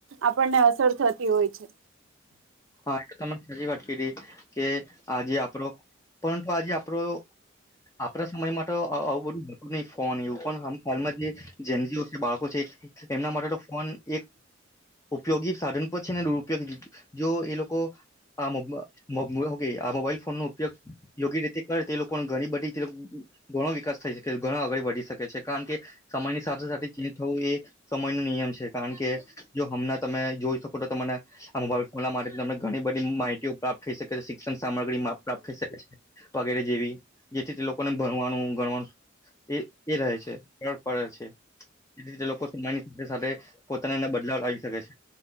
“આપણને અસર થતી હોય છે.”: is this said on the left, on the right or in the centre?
Right